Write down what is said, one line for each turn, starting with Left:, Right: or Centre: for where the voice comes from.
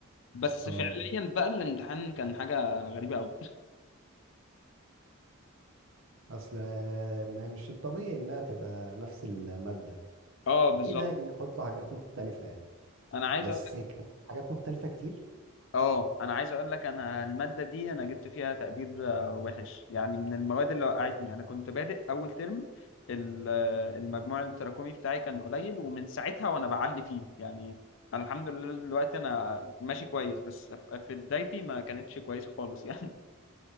Left: بس
Right: اه
Left: فعليا بقى الامتحان كان حاجه غريبه قوي
Right: أصل ما هي مش الطبيعي إنها تبقى نفس المادة
Left: <laughs> اه بالظبط
Right: أكيد هيحطوا حاجات مختلفة يعني
Left: انا عايز
Right: بس
Left: اقول لك
Right: كانت حاجات مختلفة كتير
Left: اه انا عايز اقول لك انا الماده دي انا جبت فيها تقدير آه، وحش يعني من المواد اللي وقعتني انا كنت بادئ اول ترم ال- آه، المجموع التراكمي بتاعي كان قليل ومن ساعتها وانا بعلي فيه يعني انا الحمد لله دلوقتي انا ماشي كويس بس في في بدايتي ما كانتش كويسه خالص يعني